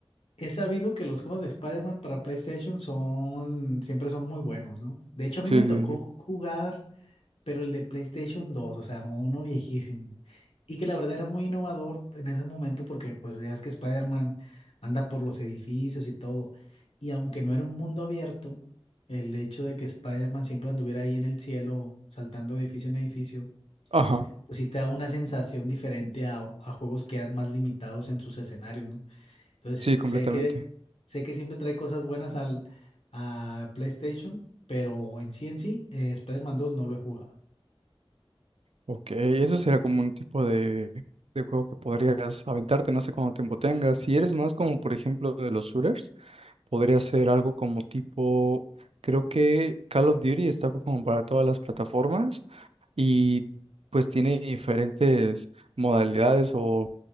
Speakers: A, on the left; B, on the right.
A: He sabido que los juegos de Spider-Man para PlayStation son, siempre son muy buenos, ¿no? De hecho, a mí
B: Sí,
A: me tocó
B: sí, sí.
A: jugar, pero el de PlayStation dos, o sea, uno viejísimo. Y que la verdad era muy innovador en ese momento porque pues ya es que Spider-Man anda por los edificios y todo. Y aunque no era un mundo abierto, el hecho de que Spider-Man siempre anduviera ahí en el cielo, saltando de edificio en edificio,
B: Ajá,
A: pues sí te da una sensación diferente a, a juegos que eran más limitados en sus escenarios, ¿no? Entonces,
B: sí, completamente.
A: sé que, sé que siempre trae cosas buenas al, a PlayStation, pero en sí en sí, eh, Spider-Man 2 no lo he jugado.
B: Ok, eso será como un tipo de, de juego que podrías aventarte, no sé cuánto tiempo tengas. Si eres más como, por ejemplo, de los shooters, Podría ser algo como tipo, creo que Call of Duty está como para todas las plataformas y
A: Ujú,
B: pues tiene diferentes modalidades o